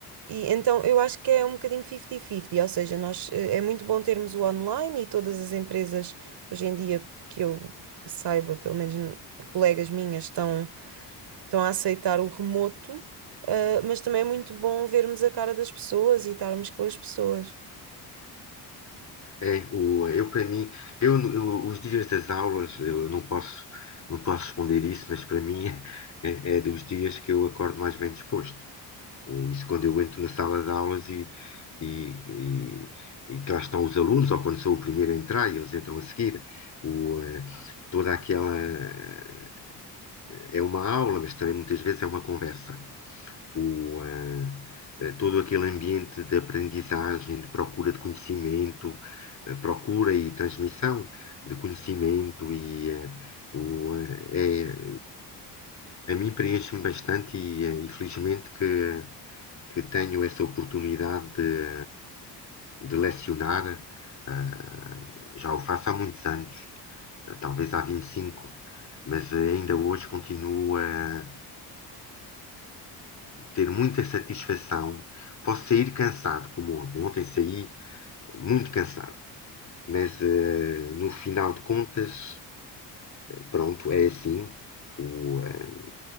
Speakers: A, on the right; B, on the left.
A: E então eu acho que é um bocadinho 50-50, ou seja, nós, eh, é muito bom termos o online e todas as empresas hoje em dia que eu saiba, pelo menos n- colegas minhas, estão estão a aceitar o remoto, ah, mas também é muito bom vermos a cara das pessoas e estarmos com as pessoas.
B: É, o, eu para mim, eu, eu- os dias das aulas, eu não posso, não posso responder isso, mas para mim <laughs> é, é dos dias que eu acordo mais bem disposto. ou isso quando eu entro na sala de aulas e, e, e, e que lá estão os alunos, ou quando sou o primeiro a entrar e eles entram a seguir, o, eh, toda aquela eh, é uma aula, mas também muitas vezes é uma conversa. O, eh, eh, todo aquele ambiente de aprendizagem, de procura de conhecimento, eh, procura e transmissão de conhecimento e eh, o, eh, é, a mim preenche-me bastante e, eh, e felizmente que que tenho essa oportunidade de, de lecionar. Uh, já o faço há muitos anos, talvez há vinte e cinco mas ainda hoje continuo a ter muita satisfação. Posso sair cansado, como ontem. Ontem saí muito cansado, mas uh, no final de contas, pronto, é assim. O, uh,